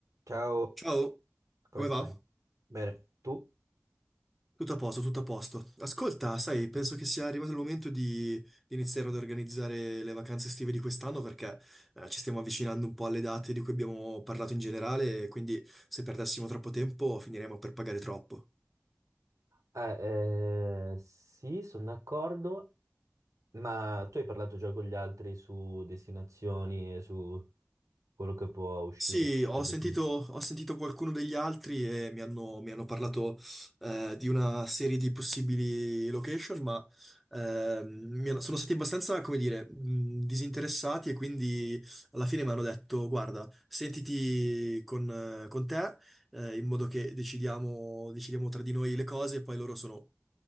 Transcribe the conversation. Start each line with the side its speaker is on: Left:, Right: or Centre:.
Right: Ciao,
Centre: Ciao,
Right: come
Centre: come
Right: stai?
Centre: va?
Right: Bene, tu?
Centre: Tutto a posto, tutto a posto. Ascolta, sai, penso che sia arrivato il momento di, di iniziare ad organizzare le vacanze estive di quest'anno perché eh, ci stiamo avvicinando un po' alle date di cui abbiamo parlato in generale, quindi se perdessimo troppo tempo finiremo per pagare troppo.
Right: Eh, eh, sì, sono d'accordo, ma tu hai parlato già con gli altri su destinazioni e su quello che può uscire
Centre: Sì, ho
Right: da definire.
Centre: sentito, ho sentito qualcuno degli altri e mi hanno, mi hanno parlato eh, di una serie di possibili location, ma ehm, mi hanno- sono stati abbastanza, come dire, mh, disinteressati e quindi alla fine mi hanno detto, guarda, sentiti con, eh, con te eh, in modo che decidiamo, decidiamo tra di noi le cose e poi loro sono